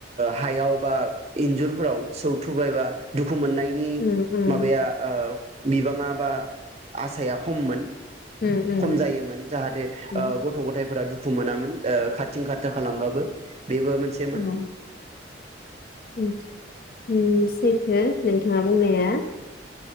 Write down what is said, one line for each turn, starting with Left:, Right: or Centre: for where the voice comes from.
Right: हायाव बा इन्जुरफोराव सौथुबाय बा दुु खु मोननायनि
Left: उम उम
Right: माबाया ओ बिबाङा बा आसाया खममोन।
Left: उम
Right: खम जायोमोन जाहाथे
Left: उम उम
Right: ओ गथ यफोरा दुखु मोनामोन ओ खारथिं खारथा खालामबाबो। बेबो मोनसेमोन
Left: उम उम उम सैथो नोंथाङा बुंनाया।